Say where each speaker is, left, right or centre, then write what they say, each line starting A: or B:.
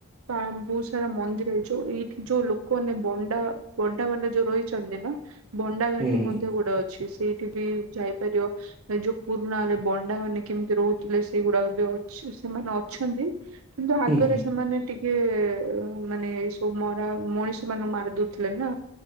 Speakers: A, on the right (about 90°); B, on the right (about 30°).
A: ପା ବହୁତ ସାରା ମନ୍ଦିର ଯଉ ଏଇଠି ଯଉ ଲୋକଆନେ ବଣ୍ଡା ଣ୍ଡା ମାନେ ଯୋଉ ରହିଚନ୍ତି ନା ବଣ୍ଡା ଘାଟି
B: ହୁଁ ହୁଁ
A: ମଧ୍ୟ ଗୋଟେ ଅଛି। ସେଇଠି ବି ଯାଇପାରିବ ଯୋଉ ପୁରୁଣା ହେଲେ ବଣ୍ଡା ମାନେ କେମିତି ରହୁଥିଲେ ସେଇଗୁଡାକ ବି ସେମାନେ ଅଛନ୍ତି କିନ୍ତୁ ଆଗରେ
B: ହୁଁ
A: ସେମାନେ ଟିକ୍ କେ ମାନେ ଏଇ ସବୁ ମରା ମଣିଷ ମାନେଙ୍କୁ ମାରିଦଉଥିଲେ ନା।